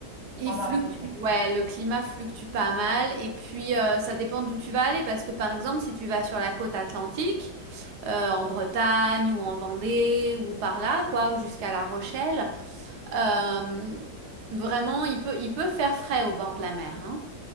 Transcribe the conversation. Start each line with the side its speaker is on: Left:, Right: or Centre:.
Right: Il
Left: pendant
Right: fluctue,
Left: la journée.
Right: ouais, le climat fluctue pas mal et puis euh, ça dépend d'où tu vas aller parce que par exemple si tu vas sur la côte atlantique, euh, en Bretagne ou en Vendée ou par là quoi, ou jusqu'à La Rochelle, euh, vraiment il peut, il peut faire frais au bord de la mer, hein.